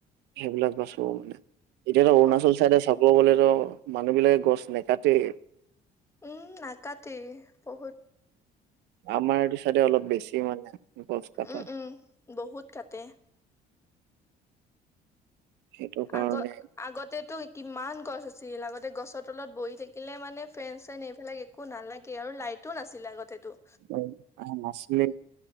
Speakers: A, on the right; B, on the left.
A: সেইবিলাক গছ ৰু মানে, এতিয়া অৰুণাচল
B: অ'
A: চাইডে চাব গলে, মানুহ বিলাকে গছ নে, কাতে,
B: উম নাকাটি বহুত
A: আমাৰ এইটো চাইডে অলপ বেছি মানে, গছ কাটা
B: উম উম বহুত কাটে
A: সেইটো কাৰণে
B: আগ আগতেটো কিমান গছ আছি। চিৰিয়েল আগতে গছৰ তলত বহি থাকিলে মানে ফৰেইন চেৰেইন এইবিলাক একো নালাগে আৰু লাইটো নাছিলে আগতেতো,
A: অ অহ নাছিলে